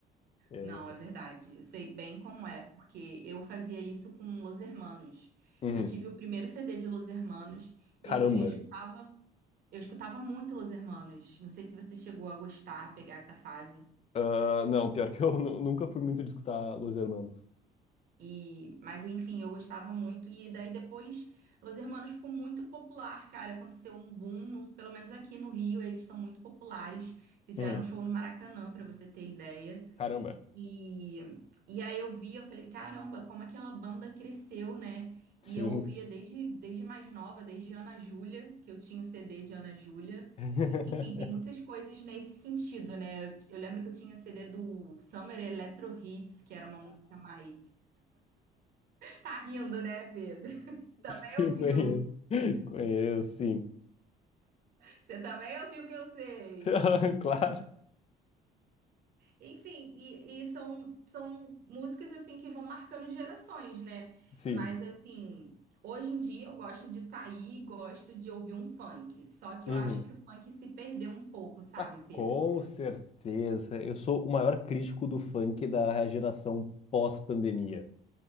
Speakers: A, on the left; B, on the right.
A: E aí,
B: Não, é verdade. Eu sei bem como é, porque eu fazia isso com Los Hermanos.
A: uhum,
B: Eu tive o primeiro CD de Los Hermanos e
A: caramba.
B: assim, eu escutava, eu escutava muito Los Hermanos. Não sei se você chegou a gostar, a pegar essa fase.
A: Ah, não, pior que eu <laughs> nu- nunca fui muito de escutar Los Hermanos.
B: E, mas enfim, eu gostava muito e daí depois Los Hermanos ficou muito popular, cara. Aconteceu um boom, no- pelo menos aqui no Rio, eles são muito populares. Fizeram
A: Uhum.
B: um show no Maracanã, pra você ter ideia.
A: Caramba.
B: E, e aí eu via, eu falei, caramba, como aquela banda cresceu, né?
A: Sim.
B: E eu ouvia desde, desde mais nova, desde Ana Júlia, que eu tinha o CD de Ana Júlia.
A: <laughs>
B: Enfim, tem muitas coisas nesse sentido, né? Eu, eu lembro que eu tinha CD do Summer Electro Hits, que era uma música mais. Tá rindo, né, Pedro? <laughs> Também
A: Sim,
B: ouviu.
A: conheço. Conheço, sim.
B: Você também ouviu o que eu sei.
A: <laughs> Claro,
B: Enfim, e, e são, são músicas assim que vão marcando gerações, né?
A: sim.
B: Mas assim, hoje em dia eu gosto de sair e gosto de ouvir um funk. Só que
A: Uhum.
B: eu acho que o funk se perdeu um pouco, sabe,
A: Tá,
B: Pedro?
A: com certeza. Eu sou o maior crítico do funk da geração pós-pandemia.